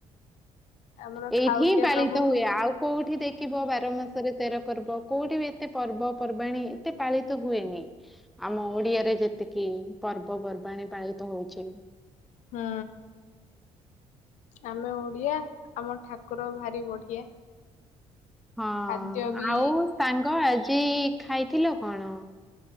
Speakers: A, on the left; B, in the centre.
A: ଆମର
B: ଏଇଠି
A: ଖାଉଟିଆ
B: ହିଁ ପାଳିତ
A: ପ୍ରଭୁ
B: ହୁଏ, ଆଉ କୋଉଠି ଦେ କିଵ ବାର ମାସରେ ତେର ପର୍ବ, କୋଉଠି ବି ଏତେ ପର୍ବ ପର୍ବାଣୀ ଏତେ ପାଳିତ ହୁଏନି। ଆମ ଓଡି଼ଆରେ ଯେତିକି ପର୍ବ ପର୍ବାଣି ପାଳିତ ହଉଚି
A: ହଁ, ଆମେ ଓଡ଼ିଆ, ଆମ ଠାକୁର ଭାରି ବଢ଼ିଆ।
B: ହଁ,
A: ଖାଦ୍ୟ ବି
B: ଆଉ ସାଙ୍ଗ, ଆଜି ଖାଇଥିଲ କଣ?